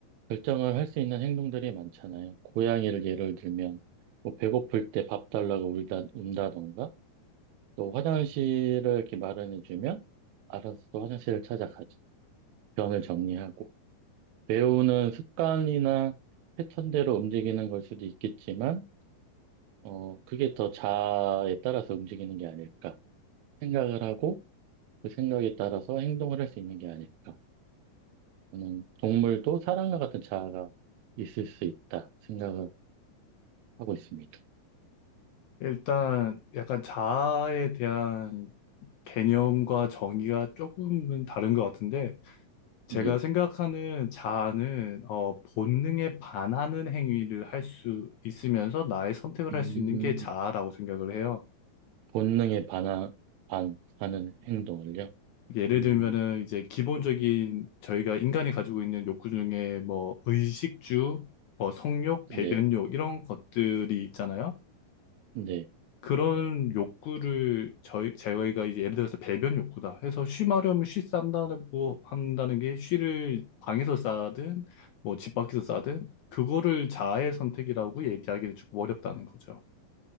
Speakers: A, on the right; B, on the left.
A: 결정을 할 수 있는 행동들이 많잖아요. 고양이를 예를 들면, 뭐 배고플 때 밥 달라고 울다, 운다던가, 또 화장실을 이렇게 마련해주면, 알아서 또 화장실을 찾아가죠. 변을 정리하고. 배우는 습관이나 패턴대로 움직이는 걸 수도 있겠지만, 어, 그게 더 자아에 따라서 움직이는 게 아닐까. 생각을 하고 그 생각에 따라서 행동을 할 수 있는 게 아닐까. 저는 동물도 사람과 같은 자아가 있을 수 있다 생각을 하고 있습니다.
B: 일단 약간 자아에 대한 개념과 정의가 조금은 다른 것 같은데 제가
A: 네.
B: 생각하는 자아는 어, 본능에 반하는 행위를 할 수 있으면서 나의 선택을
A: 음,
B: 할 수 있는 게 자아라고 생각을 해요.
A: 본능에 반하, 반, 하는 행동을요.
B: 이게 예를
A: 음,
B: 들면은 이제 기본적인 저희가 인간이 가지고 있는 욕구 중에 뭐 의식주, 뭐 성욕, 배변욕
A: 네,
B: 이런 것들이 있잖아요.
A: 네.
B: 그런 욕구를 저희 저희가 이제 예를 들어서 배변 욕구다 해서 쉬 마려면 쉬 싼다고 한다는 게 쉬를 방에서 싸든 뭐 집 밖에서 싸든 그거를 자아의 선택이라고 얘기하기는 조금 어렵다는 거죠.